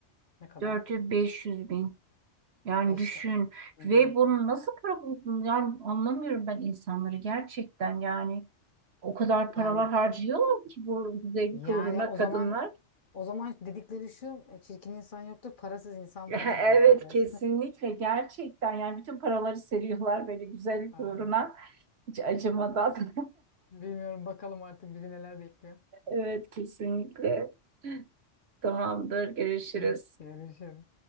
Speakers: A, on the left; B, on the right.
A: Ne kadar?
B: dört yüz beş yüz bin. Yani
A: E işte.
B: düşün
A: Hı
B: ve
A: hı.
B: bunu nasıl para buldun? Yani anlamıyorum ben insanları gerçekten yani o kadar paralar
A: Yani
B: harcıyorlar ki bu güzellik
A: yani
B: uğruna
A: o
B: kadınlar.
A: zaman o zaman dedikleri şu e, çirkin insan yoktur, parasız insan
B: <laughs>
A: vardır mı
B: Evet
A: diyeceğiz.
B: kesinlikle gerçekten yani bütün paraları seriyorlar böyle güzellik
A: <laughs> Aynen.
B: uğruna hiç acımadan. <laughs>
A: Bilmiyorum bakalım artık bizi neler bekliyor.
B: Evet kesinlikle tamamdır görüşürüz.
A: Gel, görüşürüz.